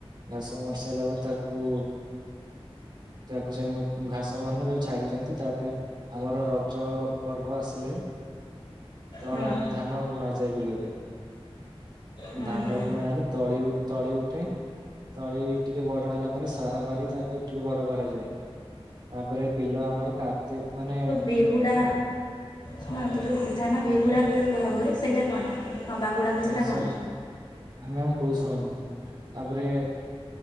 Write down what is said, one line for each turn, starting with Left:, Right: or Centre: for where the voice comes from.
Right: ଘାସ ମରି ସାରିଲା ପରେ ତାକୁ ତାକୁ ସେମି ଘାସ ମଲେ ତାକୁ ଛାଡି ଦିଅନ୍ତି। ତାପରେ ଆମର ରଜ ଜ ପର୍ବ ଆସିଲେ ତଳା
Left: ହୁଁ
Right: ଧାନ ବୁଣା ଯାଏ ବିଲରେ।
Left: ହୁଁ
Right: ଧାନ
Left: ହୁଁ
Right: ବୁଣା ହେଲେ ତଳି ତଳି ଉଠେ। ତଳି ଟିକେ ବଡ ହେଲା ପରେ ସାର ମାରି ତାକୁ ଟିକେ ବଡ କରାଯାଏ। ତାପରେ ବିଲ ଆମର କାଦୁ ମାନେ
Left: ବେହୁଡ଼ା ଶୁଣନ୍ତୁ ଯୋଉ ଧାନ ବେହୁଡ଼ା ହୁଏ କୁହା ହୁଏ ସେଇଟା କଣ? ହଁ ବାହୁଡ଼ା ହୁଏ
Right: ଅଁ ସେଟା
Left: କଣ?
Right: ହଁ ମ୍ୟାମ କହୁଚି ଶୁଣନ୍ତୁ? ତାପରେ